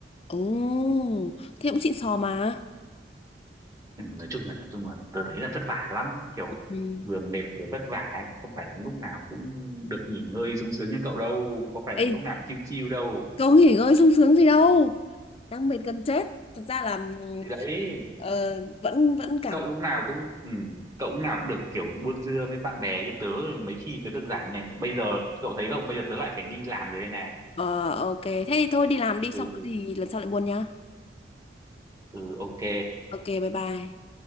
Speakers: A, on the left; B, on the right.
A: ồ thế cũng xịn sò mà
B: Ừ, nói chung là nói chung là tớ thấy là vất vả lắm kiểu
A: ừ.
B: vừa mệt vừa vất vả ấy. không phải là lúc nào cũng được nghỉ ngơi sung sướng như cậu đâu có phải
A: Ê,
B: là lúc nào cũng chill chill đâu
A: cậu nghỉ ngơi sung sướng gì đâu đang mệt gần chết thật ra là ừ,
B: thì đấy
A: ờ, vẫn vẫn cảm
B: cậu lúc nào cũng ừ, cậu lúc nào cũng được kiểu buôn dưa với bạn bè chứ tớ mấy khi tớ được rảnh này bây giờ cậu thấy không bây giờ tớ lại phải đi làm rồi đây này
A: Ờ ok, thế thì thôi đi làm đi
B: ừ
A: xong có gì lần sau lại buồn nhá.
B: ừ ok
A: Ok, bye bye.